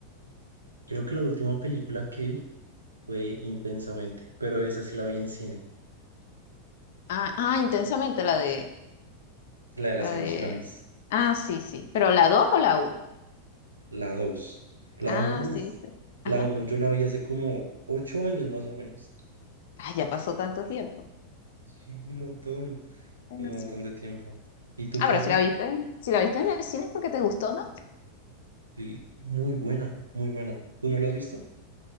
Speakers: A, on the right; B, on the left.
A: Creo que la última película que vi fue Intensamente, pero esa sí la vi en cine,
B: Ah, ah, intensamente, la de
A: la de las
B: La
A: emociones,
B: de... Ah, sí, sí. ¿Pero la 2 o la uno
A: la dos la
B: Ah,
A: uno uff,
B: sí, viste.
A: la
B: Ajá.
A: uno yo la vi hace como 8 años más o menos,
B: Ah, ya pasó tanto tiempo.
A: Sí, un montón,
B: Ay,
A: un
B: no
A: montón de tiempo. ¿Y tú
B: Ah,
A: qué
B: pero
A: has
B: si
A: visto?
B: la viste, si la viste en el cine es porque te gustó, ¿no?
A: Sí, muy buena, muy buena. ¿Tú no la has visto?